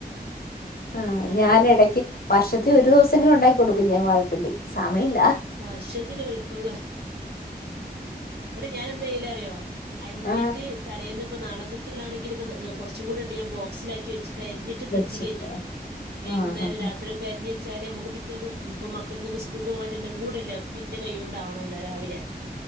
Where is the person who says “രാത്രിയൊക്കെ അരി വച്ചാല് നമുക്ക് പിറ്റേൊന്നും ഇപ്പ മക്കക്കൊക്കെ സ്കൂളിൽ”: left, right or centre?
Right